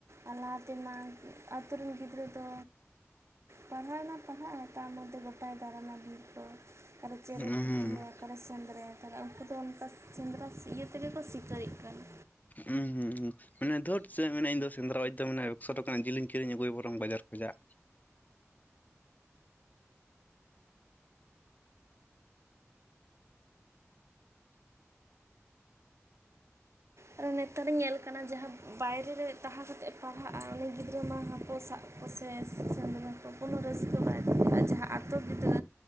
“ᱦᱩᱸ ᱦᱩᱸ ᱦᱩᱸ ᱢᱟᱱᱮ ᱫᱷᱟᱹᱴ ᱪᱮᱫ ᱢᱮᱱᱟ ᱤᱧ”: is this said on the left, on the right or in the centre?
Left